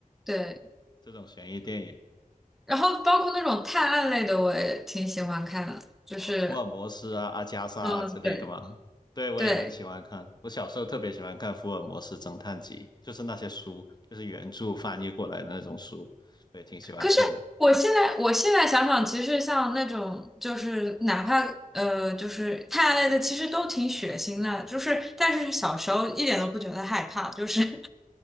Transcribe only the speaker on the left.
这种悬疑电影。
呃，福尔摩斯啊、阿加莎啊之类的吗？
对，我也很喜欢看。
我小时候特别喜欢看《福尔摩斯侦探集》，就是那些书，就是原著翻译过来的那种书，我也挺喜欢看的。